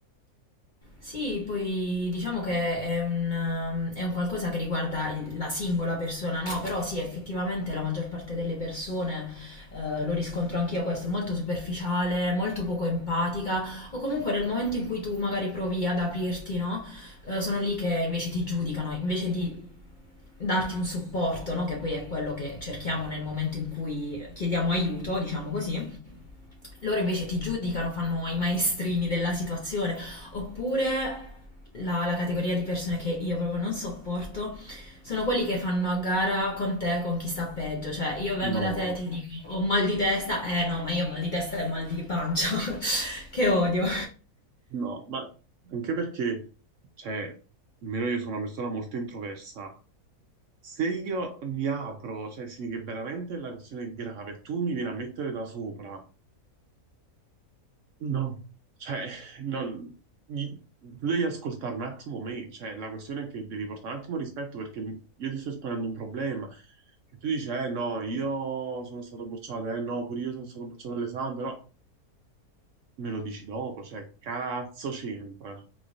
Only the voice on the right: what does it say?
No.
No, ma anche perché, cioè, almeno io sono una persona molto introversa. Se io mi apro, cioè, sì, che veramente la questione è grave, tu mi vieni a mettere da sopra. No, cioè, non, gli- tu devi ascoltare un attimo me, cioè, la questione è che devi portare un attimo rispetto perché mi- io ti sto esponendo un problema. E tu dici, eh no, io sono stato bocciato, eh no, pure io sono stato bocciato all'esame, però me lo dici dopo, cioè, cazzo c'entra.